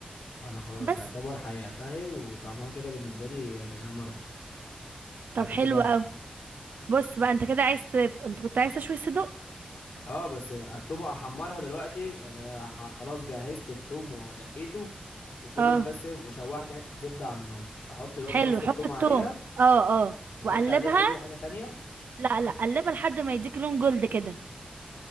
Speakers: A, on the left; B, on the right.
A: انا خلاص
B: بس
A: يعتبر حققتها هي وطعمها كده بالنسبة لي يعني انا مرضي بعد
B: طب حلو
A: كده
B: اوي بص بقى انت كده عايز ت... انت كنت عايز تشوي صدق
A: اه بس التوم احمرها دلوقتي انا ح- خلاص جهزت التوم ودقيته وفضل
B: اه
A: بس وشوحت حتة زبدة على النار احط دلوقتي
B: حلو
A: فص التوم
B: حط التوم
A: عليها
B: اه اه
A: بحط
B: وقلبها
A: عليه اي حاجة تانية
B: لا لا قلبها لحد ما يديك لون جلد كده